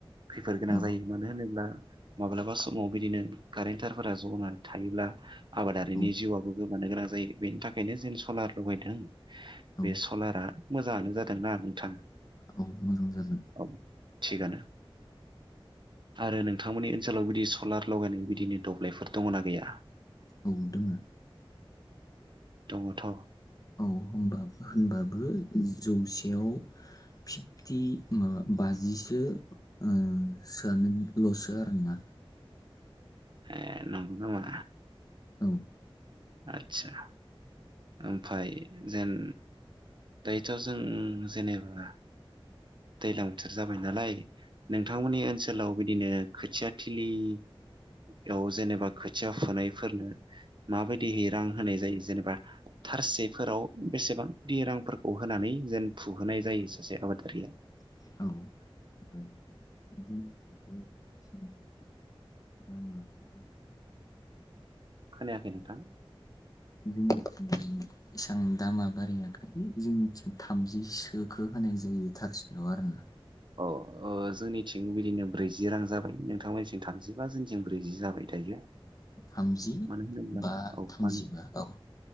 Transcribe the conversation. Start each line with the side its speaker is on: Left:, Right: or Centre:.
Right: खैफोद गोनां
Left: औ
Right: जायो मानो होनोब्ला। माब्लाबा समाव बिदिनो कारेन्ट। टारफोरा जनानै थायोब्ला। आबादारिनि
Left: औ
Right: जिउआबो। गोमानो गोनां जायो बेनि थाखायनो जेन सलार लगायदों।
Left: औ
Right: बे सलारा। मोजाङानो जादोंना नोंथां।
Left: औ मोजां जादों।
Right: औ थिगानो। आरो नोंथांमोननि ओनसोलाव बिदि सलार लगायनाय बिदिनो दब्लायफोर दङना गैया।
Left: औ दोङो।
Right: दङथ औ।
Left: औ होमबा होनबाबो जो। जौसेयाव फिबटि माबा बाजिसो ओ सोयानो लसो आरोना।
Right: ए नंगो नामा।
Left: औ।
Right: आतसा। ओमफाय जेन दायोथ जों जेनेबा। दैज्लां बोथोर जाबाय नालाय नोंथांमोननि ओनसोलाव बिदिनो खोथिया थिलि इयाव जेनेबा खोथिया फुनायफोरनो माबायदिहै रां होनाय जायो जेनेबा थारसेफोराव बेसेबांदि रांफोरखौ होनानै जेन फुहोनाय जायो सासे आबादारिया।
Left: औ <unintelligible>
Right: खोनायाखै नोंथां।
Left: जोंनिथिं एसां दामा बारायाखै जोंनिथिं थामजिसोखौ होनाय जायो थारसेयाव आरो ना।
Right: अ ओ जोंनिथिं बिदिनो ब्रैजि रां जाबाय नोंथांमोननिथिं थामजिबा जोंनि जों ब्रैजि जाबाय दायो
Left: थामजि
Right: मानो होनोब्ला
Left: बा
Right: औ
Left: थामजिबा
Right: मानो।
Left: औ